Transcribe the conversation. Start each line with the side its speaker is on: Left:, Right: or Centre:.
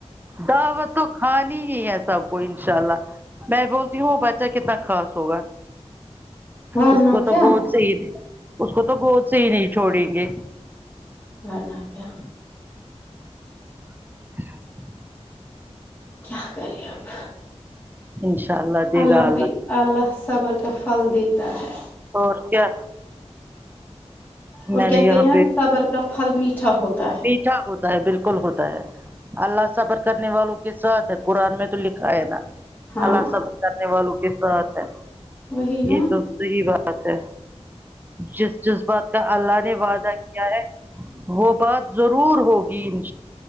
Right: دعوت تو کھانی ہی ہے سب کو انشاء اللہ میں بول تی ہوں بچہ کتنا خاص ہوگا
Left: ورنہ
Right: اس کو تو
Left: کیا
Right: گود سے ہی اس کو تو گود سے ہی نہیں چھوڑیں گے
Left: ورنہ کیا
Right: ہیلو
Left: کیا کرے اب
Right: انشاء دے
Left: اللہ
Right: گا
Left: بھی اللہ صبر کا پھل دیتا ہے
Right: اور کیا
Left: اور
Right: میں نے
Left: کہتے
Right: یہاں
Left: ہیں صبر کا پھل میٹھا ہوتا ہے
Right: کیا ہوتا ہے بالکل ہوتا ہے اللہ صبر کرنے والوں کے ساتھ ہے قران میں تو لکھا ہے نا
Left: ہاں
Right: اللہ صبر کرنے والوں کے ساتھ ہے
Left: وہی نا
Right: یہ تو صحیح بات ہے جس جس بات کا اللہ نے وعدہ کیا ہے وہ بات ضرور ہوگی ان